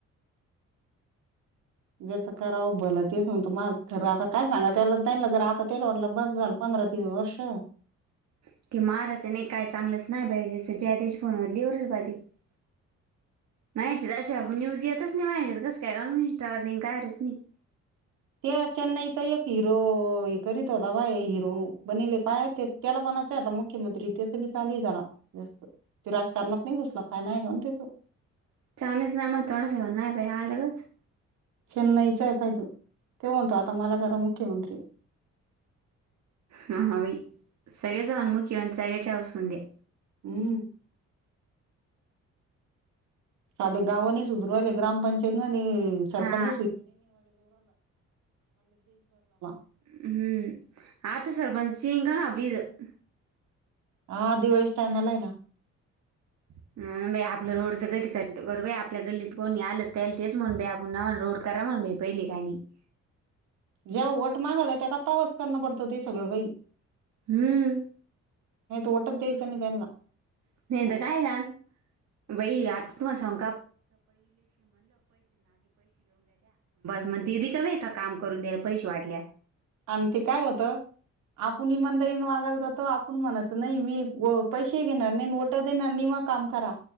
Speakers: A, on the right; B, on the right.
A: ज्याचं कराव भला तेच म्हणत, माझ खरं आता काय सांगा त्याला त्यांना जर आता तेल वाटलं बंद झालं. पंधरा ती वर्ष
B: <unintelligible> <unintelligible>
A: ते चेन्नईचा एक हिरो हे करीत होता. बाय हिरो बनले पाय ते त्याला बणायचं आता मुख्यमंत्री त्याच बी चालू हाय जरा जास्त राजकारणात नाही घुसला काय नाही. का
B: चांगलेच ना मग थोडंस नाही. बाई अलगत
A: चेन्नईचा आहे बाई त्यो त्यो म्हणतो आता मला करा मुख्यमंत्री
B: हहाबाई सगळ्याचं अनमुख्य आणि सगळ्याच्या असू. दे
A: हम्म साधे गावाने सुधारायला ग्रामपंचायत आणि सरपंच
B: हा
A: <unintelligible>
B: <unintelligible>
A: हा दिवाळीच्या टाइमला आहे. ना
B: <unintelligible> <unintelligible>
A: जेव्हा वट मागालाय येतात तवाच करणं पडतं ते सगळं काही
B: हम्म
A: नाही तर ओटच द्यायचं नाही. त्यांना
B: <unintelligible> <unintelligible> बस मग दीदी कमी आहे. का काम करून द्यायला पैसे वाटल्या.
A: आमटी काय होतं. आपण इमादारीने वागायला जातो. आपण म्हणायच नाही मी व पैसे घेणार नाही वट देणार नाही. मग काम करा